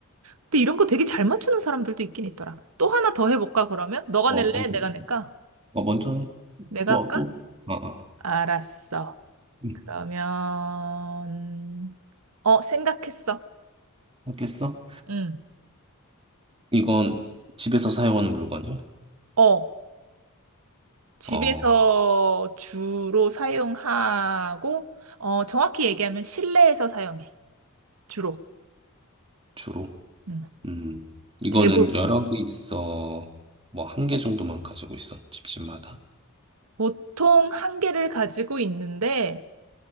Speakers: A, on the right (about 75°); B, on the right (about 25°).
A: 근데 이런 거 되게 잘 맞추는 사람들도 있긴 있더라. 또 하나 더 해볼까, 그러면? 너가
B: 어,
A: 낼래?
B: 먼저,
A: 내가 낼까?
B: 어, 먼저 해.
A: 내가
B: 또,
A: 할까?
B: 또. 아, 아.
A: 알았어.
B: 응.
A: 그러면, 어, 생각했어.
B: 알겠어?
A: 응.
B: 이건 집에서 사용하는 물건이야?
A: 어, 집에서
B: 어,
A: 주로 사용하고, 어, 정확히 얘기하면 실내에서 사용해. 주로.
B: 주로.
A: 응.
B: 음, 이거는
A: 대부분.
B: 여러 개 있어. 뭐, 한 개 정도만 가지고 있어. 집집마다.
A: 보통 한 개를 가지고 있는데,